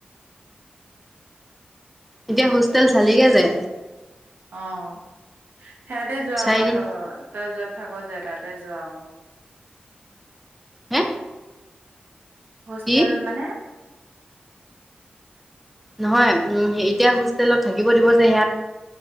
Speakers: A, in the centre; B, on the right.
A: এতিয়া হোষ্টেল চালি গে যে
B: অ', সেয়াতে যোৱা
A: চাই
B: আকৌ
A: কিন
B: ত-তই য'ত থাক যে। তাতে যোৱা হ'ব।
A: হে
B: হোষ্টেল
A: কি
B: মানে
A: নহয় উম এতিয়া হোষ্টেলত থাকিব দিব যে সেয়াত